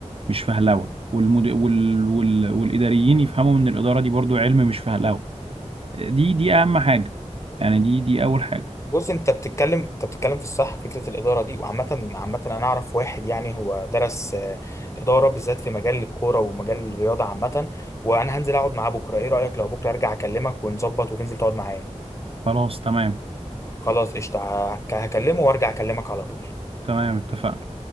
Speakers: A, on the right (about 50°); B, on the left (about 25°).
A: مش فهلوه والمد... وال... وال... والاداريين يفهموا ان الاداره دي برضو علم مش فهلوه دي دي اهم حاجه يعني دي دي اول حاجه
B: بص انت بتتكلم انت بتتكلم في الصح فكره الاداره دي وعامه عامه انا اعرف واحد يعني هو درس آه، اداره بالذات في مجال الكوره ومجال الرياضه عامه وانا هنزل اقعد معاه بكره ايه رايك لو بكره ارجع اكلمك ونظبط وتنزل تقعد معايا
A: خلاص تمام
B: خلاص قشطه هك- هكلمه وارجع اكلمك على طول
A: تمام اتفقنا